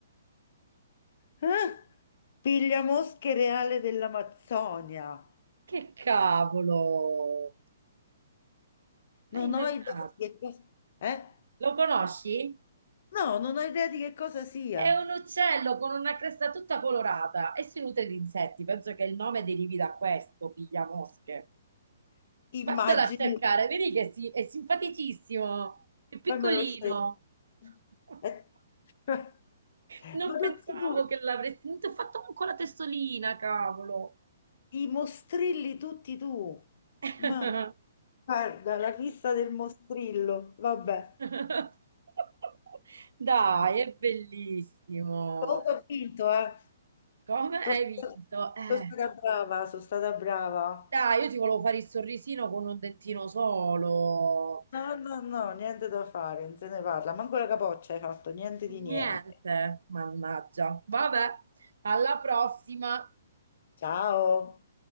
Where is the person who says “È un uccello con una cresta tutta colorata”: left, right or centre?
Right